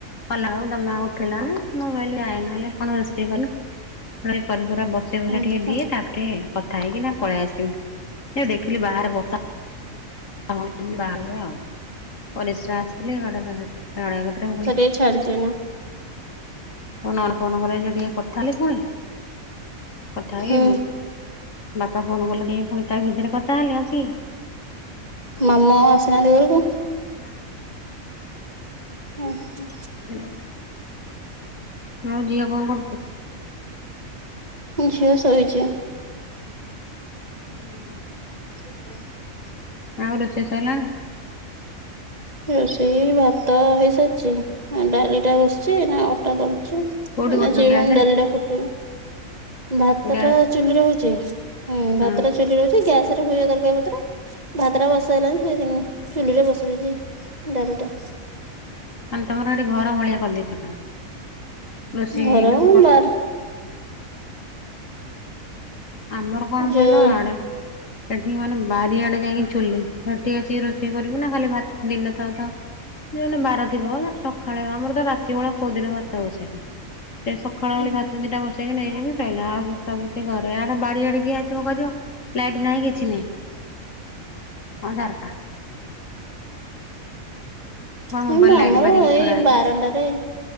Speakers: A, on the left; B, on the right.
A: କଲା ବେଳକୁ ତମେ ଆଉ ଉଠେଇଲନି। ମୁଁ କହିଲି ଯାଏ ନହେଲେ କଣ ରୋଷେଇ କରିମି? ନ ହେଲେ କରି କୁରା ବସେଇ ବୁସା
B: ହୁଁ
A: ଟିକିଏ
B: ହୁଁ
A: ଦିଏ। ତାପରେ କଥା ହେଇକି ନା ପଳେଇ ଆସିବୁ। ଏ ଦେଖିଲି ବାହାରେ ବର୍ଷା <unintelligible>
B: ଏଇ ଛାଡିଛି ଚିନା।
A: <unintelligible> କଥା ହେଇବୁ
B: ହୁଁ
A: ବାପା ଫୋନ କଲେ ଟିକେ ପୁଣି ତା ଭିତରେ କଥା ହେଲେ ଆସିକି। ଆଉ
B: ମାମା ଆସିନାହାନ୍ତି ଘରକୁ?
A: ନା।
B: ଓହୋ।
A: ରାଗିଲେ ବୋଧେ। ଆଉ ଝିଅ କଣ କରୁଛି?
B: ଝିଅ ଶୋଇଛି।
A: ଉଁ।
B: ଷ୍ଟୁଡେଣ୍ଟସ୍।
A: ଆଉ ରୋଷେଇ ସଇଲାଣି।
B: ରୋଷେଇ ଭାତ ହେଇସାରିଛି। ଡାଲି ଟା ବସିଛି ଏଇନା ଅଟା ଦଳୁଛି। ଏଇନା
A: କୋଉଠି କରୁଛ
B: ଯିବି
A: ଗ୍ୟାସ
B: ଫୁଣି
A: ରେ
B: ଡାଲିଟା ଫୁଟେଇବି। ଭାତ
A: ଗ୍ୟାସ୍
B: ଟା ଚୁଲିରେ ହଉଛି। ହୁଁ ଭାତ
A: ହଁ
B: ଟା ଚୁଲି ହଉଛି ଗ୍ୟାସରେ ହୁଏ ଦରକାର କେ ଭିତରେ ଭାତ ଟା ବସେ ହେଲାଣି ସେ ଚୁଲି ରେ ବସେଇ ଦେଇଛି ଡାଲି ଟା।
A: ତାହେନେ ତମର ସେଇଠି ଘର ଭଳିଆ କରି ଦେଇଚନା। ରୋଷେଇ
B: ଘର
A: ଯୋଉଠି କରୁଛ।
B: ବାର
A: ଆମର କଣ
B: ଯୋଉ
A: କହିଲ ଆଡେ। ସେଠି କଣ ମାନେ ବାରିଆଡେ ଯାଇକି ଚୁଲ୍ଲୀ ସେଠି ଆସିକି ରୋଷେଇ କରିବୁ ନା ଖାଲି ଭାତ ଦିନ ଥାଉ ଥାଉ ଯୋଉଦିନ ବାର ଥିବ ସକାଳେ ଆମର ତ ରାତି ବେଳେ କୋଉ ଦିନ ଭାତ ବସେଇନି। ସେ ସକାଳ
B: ହୁଁ
A: ଓଳି ଭାତ ଦିଟା ବସେଇକି ନେଇଯିବି ସଇଲା। ଆଉ ସବୁ ସେ ଘରେ ଆଉ ବାଡିଆଡେ କିଏ ଆସିବ କରିବ। ଲାଇଟ୍ ନାହିଁ କିଛି ନାହିଁ ଅନ୍ଧାର। ଟା ମୋ ମୋବାଇଲ
B: ଯେମିତି
A: ଲାଇଟ୍
B: ଆମର
A: ମାରିକି
B: ଏଇ
A: ଛିଡା ହେଇଛି
B: ବାରଣ୍ଡାରେ।